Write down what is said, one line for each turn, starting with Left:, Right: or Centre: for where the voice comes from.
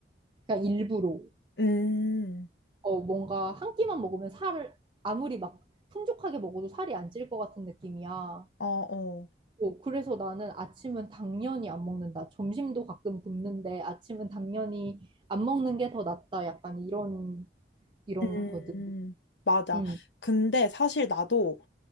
Right: 그냥 일부러
Left: 음,
Right: 어, 뭔가 한 끼만 먹으면 살을 아무리 막 풍족하게 먹어도 살이 안 찔 것 같은 느낌이야.
Left: 어, 어.
Right: 어, 그래서 나는 아침은 당연히 안 먹는다. 점심도 가끔 굶는데 아침은 당연히 안 먹는 게 더 낫다. 약간 이런 이런
Left: 음,
Right: 거든.
Left: 맞아.
Right: 응,
Left: 근데 사실 나도